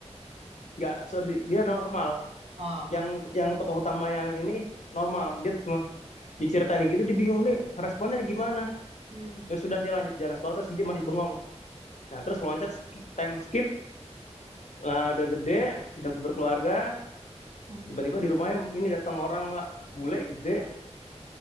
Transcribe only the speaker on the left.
nggak so, dia normal
yang yang tokoh utama yang ini normal dia cuma diceritain gitu dia bingung nih responnya gimana
ya sudah dia lanjut jalan suatu sih dia masih bengong nah terus loncat time skip lah udah gede udah berkeluarga
tiba-tiba di rumahnya ini datang orang lah bule gede